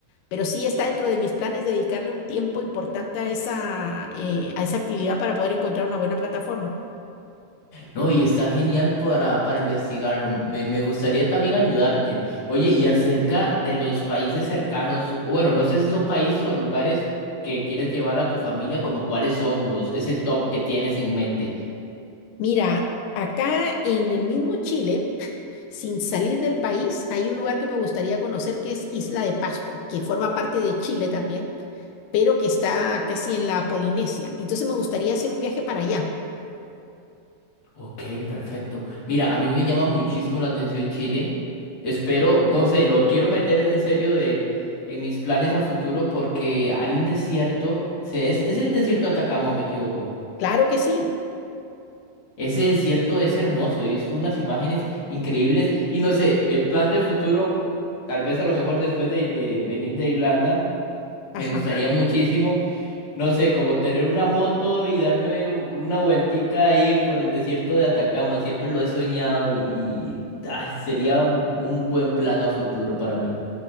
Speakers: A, on the left; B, on the left.
A: Pero sí está dentro de mis planes dedicarle un tiempo importante a esa, eh, a esa actividad para poder encontrar una buena plataforma.
B: No, y está genial para, para investigarlo. Me, me gustaría también ayudarte. Oye, y acerca de los países cercanos, o bueno, no sé si son países o lugares que quieres llevar a tu familia, como cuáles son los, ese top que tienes en mente.
A: Mira, acá en el mismo Chile. Sin salir del país, hay un lugar que me gustaría conocer que es Isla de Pascua, que forma parte de Chile también, pero que está casi en la Polinesia. Entonces me gustaría hacer un viaje para allá.
B: Ok, perfecto. Mira, a mí me llama muchísimo la atención Chile. Espero, no sé, lo quiero meter en serio de, en mis planes a futuro porque hay un desierto, se- es, es el desierto de Atacama, ¿o me equivoco?
A: Claro que sí.
B: Ese desierto es hermoso, he visto unas imágenes increíbles y no sé, el plan de futuro, tal vez a lo mejor después de, de venir de Irlanda, me
A: Ajá.
B: gustaría muchísimo, no sé, como tener una moto y darme u- una vueltica ahí por el desierto de Atacama, siempre lo he soñado y, y, ay, sería un un buen plan a futuro para mí.